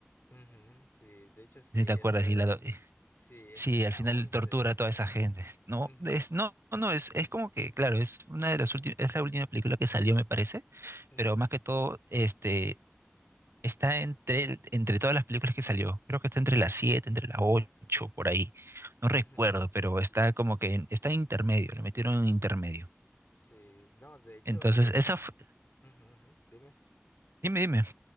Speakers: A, on the left; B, on the right.
A: ujú, Sí, de hecho sí,
B: Si te
A: esa
B: acuerdas, y la,
A: es,
B: do- <laughs>
A: sí, esa
B: sí,
A: es la
B: al final
A: once.
B: tortura a toda esa gente. No,
A: Ujú,
B: es, no, no, es, es como que, claro, es una de las últimas, es la última película que salió, me parece,
A: ujú,
B: pero más que todo, este Está entre, el- entre todas las películas que salió. Creo que está entre las 7 entre las 8 por ahí. No recuerdo,
A: ujú,
B: pero está como que en- está en intermedio, lo metieron en intermedio.
A: Sí, no, de hecho
B: Entonces,
A: es,
B: esa fu-
A: ujú, ujú, Dime.
B: Dime, dime.